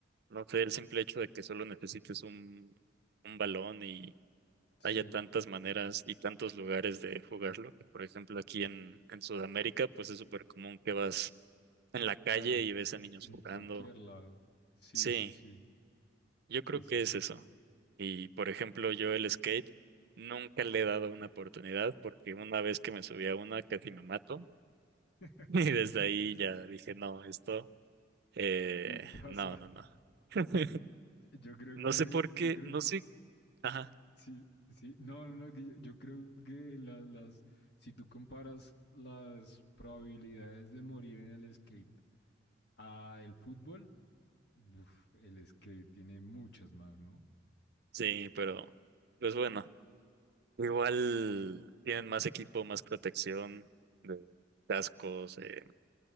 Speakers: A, on the right; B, on the left.
A: no sé, el simple hecho de que solo necesites un, un balón y
B: Sí,
A: haya tantas maneras y tantos lugares de jugarlo, que por ejemplo aquí en, en Sudamérica, pues es súper común que vas en la calle
B: claro,
A: y ves a niños
B: en
A: jugando.
B: cualquier lado. Sí,
A: Sí,
B: sí, sí,
A: yo creo
B: sí,
A: que
B: sí, sí.
A: es eso. Y por ejemplo, yo el skate nunca le he dado una oportunidad porque una vez que me subí a una casi me mato
B: <laughs>
A: <laughs> y desde ahí ya dije, no, esto, eh,
B: Sí pasa.
A: no, no, no. <laughs>
B: Yo creo
A: No
B: que,
A: sé por qué,
B: yo creo
A: no
B: que,
A: sé, ajá,
B: Sí, sí, no, no, no, que yo, yo creo que la- las, si tú comparas las probabilidades de morir en el skate a el fútbol, uf, el skate tiene muchas más, ¿no?
A: sí, pero pues bueno. Igual tienen más equipo, más protección de cascos, eh,